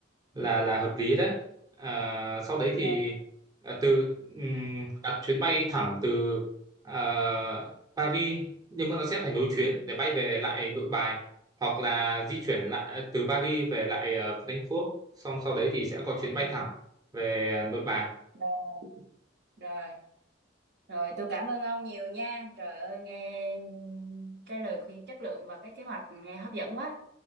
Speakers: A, on the right; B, on the right.
A: là là hợp lý đấy Ờ, sau đấy
B: Rồi.
A: thì ờ, từ ừm, đặt chuyến bay thẳng từ ờ, Paris nhưng mà nó sẽ phải nối chuyến để bay về lại Nội Bài hoặc là di chuyển lại ờ, từ Paris về lại ờ, Frankfurt xong sau đấy thì sẽ có chuyến bay
B: Ừ.
A: thẳng về ờ, Nội Bài
B: Rồi. Rồi. Rồi tôi cảm ơn ông nhiều nha. Trời ơi nghe cái lời khuyên chất lượng và cái kế hoạch nghe hấp dẫn quá.